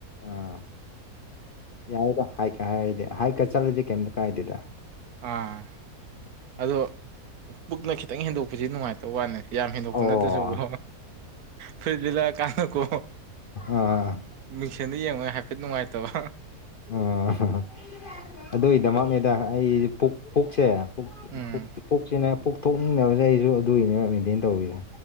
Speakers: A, on the left (about 50°); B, on the right (about 75°).
A: ꯑꯥ ꯌꯥꯢꯗ ꯍꯥꯏꯀ ꯍꯥꯏꯔꯗꯤ ꯍꯥꯏꯀ ꯆꯠꯂꯗꯤ ꯀꯩꯝꯇ ꯀꯥꯏꯗꯦꯗ
B: ꯑꯥ ꯑꯗꯣ ꯄꯨꯛꯅ ꯈꯤꯇꯪ ꯍꯦꯟꯗꯣꯛꯄꯖꯦ ꯅꯨꯡꯉꯥꯏꯇꯕ ꯋꯥꯅꯦ ꯌꯥꯝ ꯍꯦꯟꯗꯣꯛꯄ
A: ꯑꯣ
B: ꯅꯠꯇ꯭ꯔꯖꯨ ꯀꯣ ꯐꯨꯔꯤꯠ ꯂꯤꯂꯛꯑ ꯀꯥꯟꯗꯀꯣ
A: ꯑꯥ
B: ꯃꯤꯡꯁꯦꯟꯗ ꯌꯦꯡꯕꯩ ꯍꯥꯏꯐꯦꯠ ꯅꯨꯡꯉꯥꯏꯇꯕ
A: ꯑꯣ ꯑꯗꯨꯢꯗꯃꯛꯅꯦꯗ ꯑꯩꯖꯨ ꯄꯨꯛ ꯄꯨꯛꯁꯦ ꯄꯨꯛ
B: ꯎꯝ
A: ꯄꯨꯛ ꯄꯨꯛꯁꯤꯅꯦ ꯄꯨꯛ ꯊꯣꯛꯅꯤꯡꯗꯕꯁꯦ ꯑꯩꯁꯨ ꯑꯗꯨꯒꯤꯅꯦꯕ ꯃꯦꯟꯇꯦꯟ ꯇꯧꯔꯤꯖꯦ